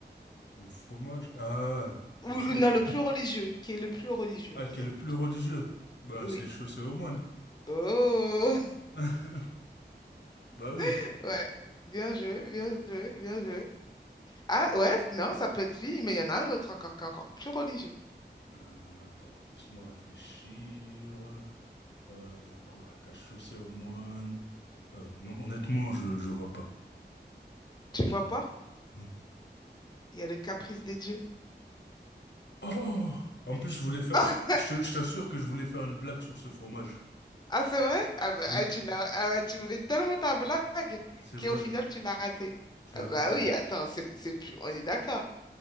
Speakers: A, on the left; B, on the left.
A: Le fromage, ah, je
B: Ou ou
A: sais,
B: non,
A: bah.
B: le plus religieux, qui est le plus religieux,
A: Ah,
B: on va
A: qui
B: dire
A: est le
B: plutôt.
A: plus religieux? Bah,
B: Oui.
A: c'est chaussé aux moines.
B: Oh,
A: <laughs> Bah oui.
B: <laughs> ouais. Bien joué, bien joué, bien joué. Ah ouais, non, ça peut être lui, mais il y en a un autre encore qui est encore plus religieux.
A: Euh, attends, laisse-moi réfléchir. Euh, y a quoi? T'as chaussé aux moines? Euh, non, honnêtement, je, je vois pas.
B: Tu vois pas?
A: Non.
B: Il y a le caprice des dieux.
A: Oh! En plus, je voulais faire,
B: <laughs>
A: je, je te- je t'assure que je voulais faire une blague sur ce fromage.
B: Ah, c'est vrai? Ah bah,
A: Oui,
B: ah, tu l'as- ah ouais, tu voulais tellement ta blague
A: c'est vrai,
B: qu'au final, tu l'as ratée.
A: je
B: Ah
A: l'ai raté.
B: bah oui, attends, c'est, c'est le plus... on est d'accord.